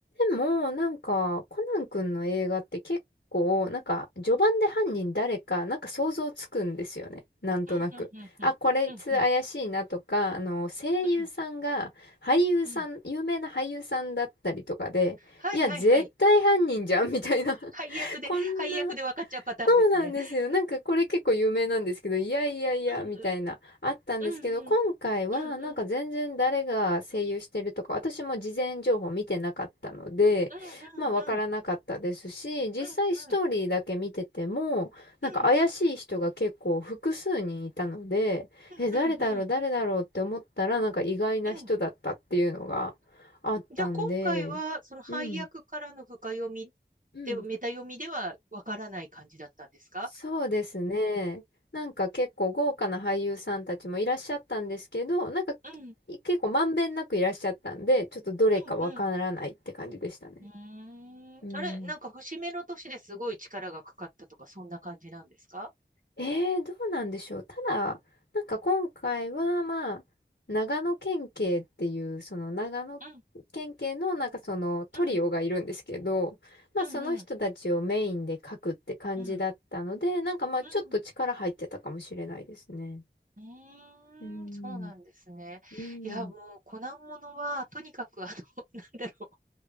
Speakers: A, on the left; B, on the right.
A: でも、なんか、コナン君の映画って結構、なんか、序盤で犯人誰か、なんか想像つくんですよね。なんとなく。
B: うん、うん、うん、
A: あ、
B: うん、
A: これいつ怪しいなとか、
B: うん、うん、
A: あの、声優さんが、
B: うん、
A: 俳優さん、
B: うん。
A: 有名な俳優さんだったりとかで、
B: はい、
A: いや、
B: はい、
A: 絶対犯人じゃん、
B: はい。
A: みたいな。<laughs>
B: 配役で、
A: こんな
B: 配役で分かっちゃうパターンですね。
A: そうなんですよ。なんかこれ結構有名なんですけど、いやいやいや、
B: うん、
A: みたいな、
B: うん、
A: あったんですけど、
B: うん、うん、
A: 今回はなんか全然誰が声優してるとか、
B: うん、うん、
A: 私も事前情報見てなかったので、
B: うん、うん、
A: まあわからなかったですし、
B: うん、
A: 実際ストーリーだけ見てても、
B: うん、う
A: なんか怪しい人が結構複数人いたので、
B: ん、うん、
A: え、誰だろう、
B: うん、うん。
A: 誰だろうって思ったら、なんか意外な人だったっていうのがあったんで、
B: うんじゃあ今回は、その配役からの深読み
A: うん。うん
B: で、メタ読みでは分からない感じだったんですか
A: そうですね。なんか結構豪華な俳優さんたちもいらっしゃったんですけど、なんか
B: うん、
A: 結構まんべんなくいらっしゃったんで、ちょっとどれかわからないって感じでしたね。
B: うん、うーん。
A: うん。
B: あれ、なんか節目の年ですごい力がかかったとか、そんな感じなんですか
A: えー、どうなんでしょう。ただ、なんか今回はまあ、長野県警っていう、その長野
B: うん、
A: 県警のなんかそのトリオがいるんですけど、
B: うん、
A: まあその人たちをメインで書くって感じだったので、
B: うん、うん、うん、
A: なんかまあちょっと力入ってたかもしれないですね。
B: うん。うーん、
A: うん
B: そうなんですね。
A: うん。
B: いや、もう、コナンものは、とにかく、あの、<laughs> なんだろう。